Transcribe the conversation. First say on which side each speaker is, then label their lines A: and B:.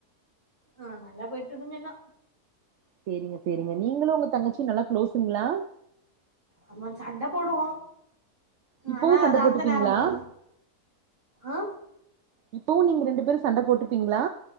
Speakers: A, on the right; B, on the right.
A: ஆ நல்லா போயிட்டு இருங்கன்னா
B: சேரிங்க சேரிங்க நீங்களு உங்க தங்கச்சி நல்லா க்ளோஸுங்களா
A: அவ சண்ட போடுவா
B: இப்பவு
A: அ
B: சண்ட
A: அது
B: போட்டுப்பீங்களா
A: அந்த நேர தா ஆ
B: இப்பவு நீங்க ரெண்டு பேரு சண்ட போட்டுப்பீங்களா